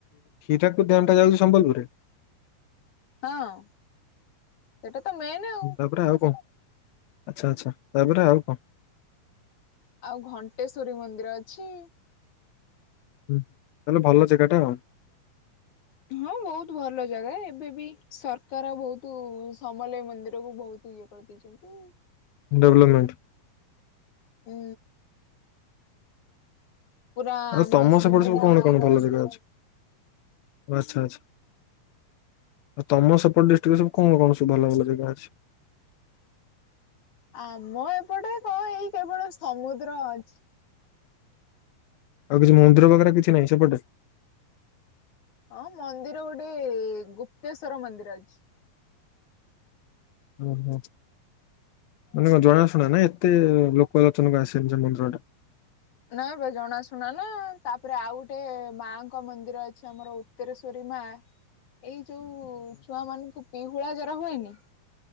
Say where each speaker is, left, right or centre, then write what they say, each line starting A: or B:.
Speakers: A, on the left (about 70°); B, on the left (about 55°).
A: ହିରାକୁଦ୍ ଡ୍ୟାମ୍ ଟା ଯାଉଚି ସମ୍ବଲପୁରରେ।
B: ହଁ ସେଟା ତ ମେନ୍ ଆଉ।
A: ତାପରେ ଆଉ କଣ? ଆଚ୍ଛା ଆଚ୍ଛା ତାପରେ ଆଉ କଣ?
B: ଆଉ ଘଣ୍ଟେଶ୍ଵରୀ ମନ୍ଦିର ଅଛି।
A: ହୁଁ ତାଲେ ଭଲ ଜେଗାଟା ଆଉ।
B: ହଁ ବହୁତ୍ ଭଲ ଜାଗା ଏବେ ବି ସରକାର ବହୁତ୍ ତୁ ସମଲେଇ ମନ୍ଦିର କୁ ବହୁତ୍ ଇଏ କରିଦେଇଚନ୍ତି।
A: ଡେଭଲପମେଣ୍ଟ।
B: ଉଁ ପୁରା
A: ଆଉ
B: ଆମ
A: ତମ
B: ଶ୍ରୀମନ୍ଦିର
A: ସେପଟେ ସବୁ କଣ
B: ଭଳିଆ
A: କଣ
B: ଟିକେ
A: ଭଲ
B: କରିଦେଇଛନ୍ତି।
A: ଜାଗା ଅଛି ଆଚ୍ଛା ଆଛା। ଆ ତମ ସେପଟେ ଡିଷ୍ଟ୍ରିକ୍ ରେ ସବୁ କଣ କଣ ସବୁ ଭଲ ଭଲ ଜେଗା ଅଛି।
B: ଆମ ଏପଟେ କଣ ଏଇ କେବଳ ସମୁଦ୍ର ଅଛି।
A: ଆଉ କିଛି ମନ୍ଦିର ବଗରେ କିଛି ନାହିଁ ସେପଟେ।
B: ହଁ ମନ୍ଦିର ଗୋଟେ ଗୁପ୍ତେଶ୍ଵର ମନ୍ଦିର ଅଛି।
A: ଓହୋ ମାନେ କଣ ଜଣାଶୁଣା ନା ଏତେ ଲୋକ ଲୋଚନକୁ ଆସିନି ସେ ମନ୍ଦିର ଟା।
B: ନାଇଁବେ ଜଣା ଶୁଣା ନା ତାପରେ ଆଉ ଗୋଟେ ମାଙ୍କ ମନ୍ଦିର ଅଛି ଆମର ଉତ୍ତରେଶ୍ଵରୀ ମା।
A: ହ
B: ଏଇ ଯୋଉ ଛୁଆ ମାନଙ୍କୁ ପିହୁଳା ଜର ହୁଏନି।